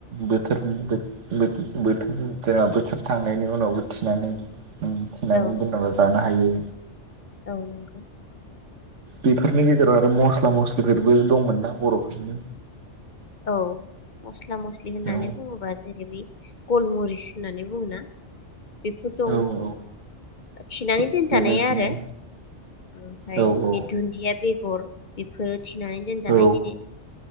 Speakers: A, on the right; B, on the left.
A: बोथोरनि बोथोर जेनेबा बोथोर थांनायनि उनावबो थिनानै थिनानै
B: औ
A: दोननाबो जानो हायो।
B: औ नंगौ।
A: बेफोरनि गेजेराव आरो मस्ला मस्लिफोरबो दंमोनना बर'फोरनि?
B: औ मस्ला मस्लि होननानै
A: औ
B: बुङोबा जेरै बे गलमरिस होननानै बुङोना? बेफोर दं
A: औ औ
B: थिनानै
A: थिग
B: दोनजानाया
A: बेबायदिनो
B: आरो ओमफ्राय
A: औ औ
B: बे दुन्दिया बेगर रहर बेफोर थिनानै दोनजानाय
A: औ
B: जिनि